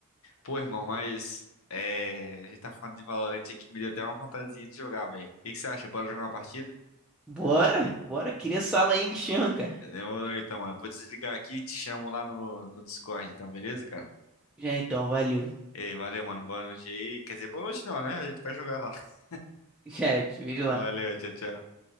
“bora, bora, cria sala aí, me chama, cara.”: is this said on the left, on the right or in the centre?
Centre